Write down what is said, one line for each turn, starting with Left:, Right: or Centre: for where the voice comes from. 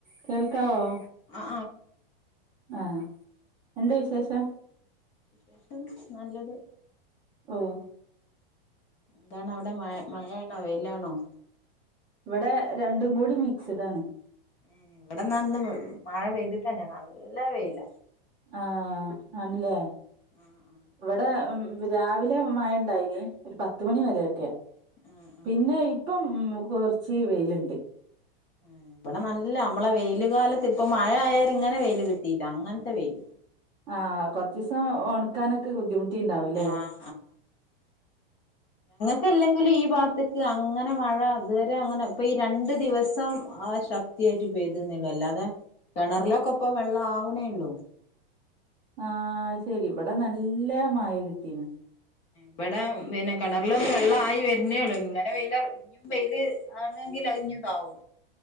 Right: കേൾക്കാവോ
Left: ആ
Right: ആഹ എന്ത് വിശേഷം
Left: <unintelligible> നല്ലത്
Right: ആഹ
Left: എന്താണ അവിടെ മഴ മഴയാണോ വെയിലാണോ
Right: ഇവിടെ രണ്ടും കൂടി മിക്സിഡ് ആണ്
Left: ഉം ഇവിടെ നന്ന് മഴ പെയ്തിട്ടന്നെ നല്ല വേയ്ല
Right: ആഹ ആണല്ലേ
Left: ആഹ് ആഹ്
Right: ഇവിടെ രാവിലെ മഴ ഉണ്ടായിന് ഒരു പത്തുമണി വരെക്കെ
Left: ആഹ്
Right: പിന്നെ
Left: ആഹ്
Right: ഇപ്പം ഉം കുറച്ച് വെയിലുണ്ട്
Left: <inaudible> ഇവിടെ നല്ലാ നമ്മള് വെയില് കാലത്ത് ഇപ്പൊ മഴ ആയാ ഇങ്ങനെ വെയില് കിട്ടിയില്ല അങ്ങനത്തെ വെയില്
Right: ആഹ കൊറച്ച് ദിവസം ഓ ക്കാനൊക്കെ ബുദ്ധിമുട്ടിണ്ടാവൂലേ
Left: ആഹ് ല്ലെങ്കിലും ഈ ഭാഗത്തക്ക് അങ്ങനെ മഴ ഇതുവരെ അങ്ങനെ ഇപ്പ ഈ രണ്ടു ദിവസം ആ ശക്തി <unintelligible> പോയ്തന്നള്ളൂ അല്ലാതെ കിണറിലൊക്കെ ഇപ്പ വെള്ളം ആവണേള്ളൂ
Right: ആഹ ശരി ഇവിടെ നല്ല മായ കിട്ടീന്ന്
Left: ഇവിടെ പിന്നെ കിണറിലൊന്ന് വെള്ള് ആയി വരുന്നേള്ളു ഇങ്ങനെ <unintelligible> വെയില് ആണെങ്കിൽ കഴിഞ്ഞുണ്ടാവും